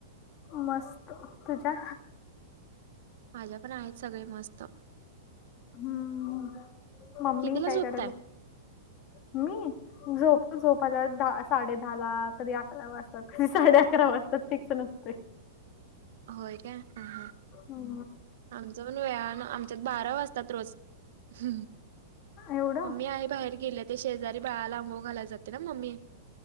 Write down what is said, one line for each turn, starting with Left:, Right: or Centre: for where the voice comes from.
Left: मस्त तुझ्या?
Right: माझ्या पण आहेत सगळे मस्त.
Left: हम्म मम्मी
Right: कितीला
Left: काय करायल.
Right: <inaudible>
Left: मी. झोप झोपाला साडे दहा ला कधी अकरा वाजतात कधी साडे अकरा वाजतात ते नसते.
Right: होय त्या हा हा
Left: हो.
Right: आमच पण वेळाने आमच्यात बारा वाजतात रोज. हम्म
Left: एवढं
Right: मम्मी आहे बाहेर गेले ते शेजारी बाळाला अंघोळ घालायला जाते ना मम्मी.